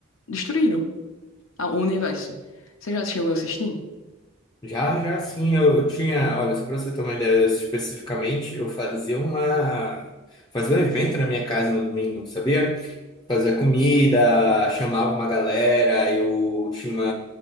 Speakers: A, on the left (about 85°); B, on the left (about 20°).
A: destruíram a- o universo. Você já chegou a assistir?
B: Já, já sim, eu, eu tinha, olha, só para você ter uma ideia especificamente, eu fazia uma, fazia um evento na minha casa no domingo, sabia? fazia comida, chamava uma galera, eu tinha uma,